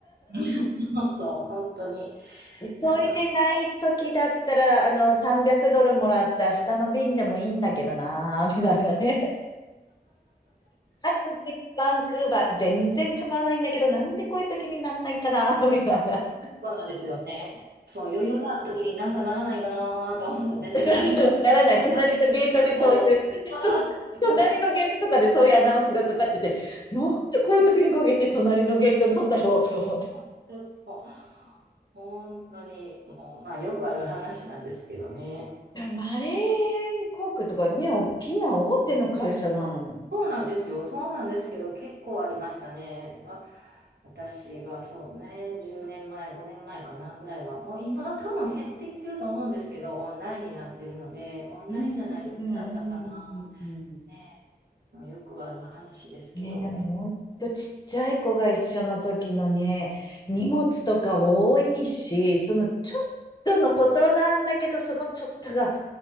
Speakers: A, on the right; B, on the left.
A: <laughs> そうそう、本当に。
B: 急
A: なんかそ
B: いでない時だったら、あの、300ドルもらって明日の便でもいいんだけどなー、みたいなね。あと1時間クーバー、全然構わないんだけど、なんでこういう時になんないかなー、みたいな。
A: そうなんですよね。そう、余裕のある時になんかならないかなと思ったら全然ならないし、
B: <laughs> ならない。
A: もう焦ってる時ほど、
B: 隣のゲートでそういう、<laughs>
A: ああそう、
B: 隣のゲートとかでそういうアナウンスがかかってて、なんでこういう時に限って隣のゲートなんだろうとか思って。
A: そうそう。本当に、もう、まあよくある話なんですけどね。
B: でもマレー航空とかね、大きな大手の会社なのに。
A: そうなんですよ。そうなんですけど、結構ありましたね。あ、私がそうね、10年前、5年前かなぐらいは、もう今多分減ってきてると思うんですけど、オンラインになってるので、オンラインじゃない時だったかな。
B: うんうんうん
A: ねえもうよくある話ですけど、
B: ねえ、ほんとちっちゃい子が一緒の時のね、荷物とか多いし、そのちょっとのことなんだけど、そのちょっとが、